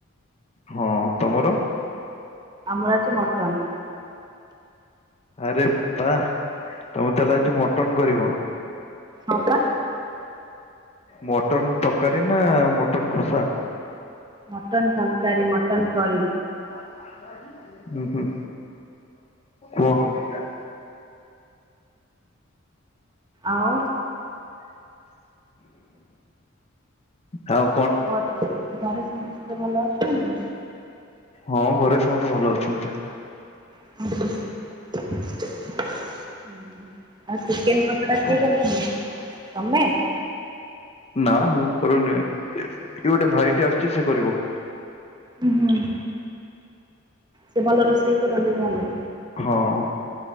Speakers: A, on the left; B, on the right.
A: ହଁ ତମର।
B: ଆମର ଆଜି ମଟନ।
A: ଆରେ ବା ହା ତମର ତାହେଲେ ଆଜି ମଟନ କରିବ।
B: ହଁପା।
A: ମଟନ୍ ତଅକାରୀ ନା ମଟନ୍ କଷା।
B: ମଟନ୍ ତରକାରୀ ମଟନ୍ କରି।
A: ହଁ ହୁଁ କୁହ।
B: ଆଉ
A: ହଉ
B: ଘରେ ଘରେ ସମସ୍ତେ ଭଲ ଅଛନ୍ତି।
A: ହଁ ଘରେ ସମସ୍ତେ ଭଲ ଅଛନ୍ତି।
B: <inaudible> ହୁଁ ଆଉ ଚିକେନ କଷ ଟା
A: କୁହ
B: କିଏ କରୁଛନ୍ତି ତମେ।
A: ନା ମୁଁ କରୁନି କି ଗୋଟେ ଭାଇଟି ଆସୁଛି ସେ କରିବ।
B: ହୁଁ ହୁଁ। ସେ ଭଲ ରୋଷେଇ କରନ୍ତି ତାହେଲେ।
A: ହଁ।